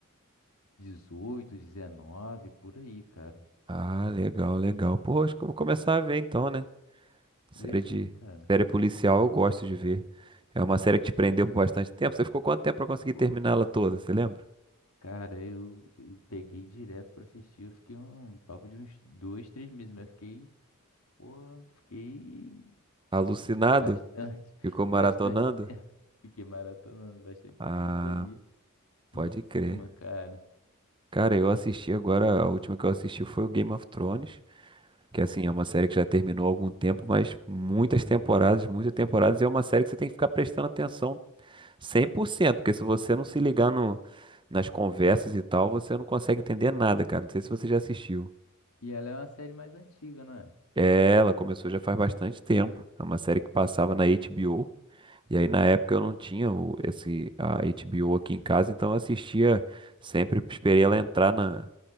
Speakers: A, on the left; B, on the right.
A: dezoito, dezenove, por aí, cara.
B: Ah, legal, legal. Pô, acho que eu vou começar a ver então, né? Série
A: Vê sim,
B: de.
A: cara.
B: Série policial eu gosto de ver. É uma série que te prendeu por bastante tempo. Você ficou quanto tempo pra conseguir
A: Pô,
B: terminar ela toda, você lembra?
A: cara, eu, eu peguei direto pra assistir. Eu fiquei um papo de uns dois, três meses, mas fiquei, porra, fiquei
B: Alucinado?
A: bastante,
B: Ficou
A: <laughs>
B: maratonando?
A: bastante. Fiquei maratonando bastante
B: Ah,
A: tempo ali
B: pode
A: em cima,
B: crer.
A: cara.
B: Cara, eu assisti agora, a última que eu assisti foi o Game of Thrones. Que assim, é uma série que já terminou há algum tempo, mas muitas
A: Uhum.
B: temporadas, muitas temporadas, e é uma série que você tem que ficar prestando atenção 100%, porque se você não se ligar no, nas conversas e tal, você não consegue entender nada, cara. Não sei se você já assistiu.
A: E ela é uma série mais antiga, não é?
B: É, Ela começou já faz bastante tempo. É uma série que passava na HBO. E aí na época eu não tinha o, esse a HBO aqui em casa, então eu assistia sempre, esperei ela entrar na,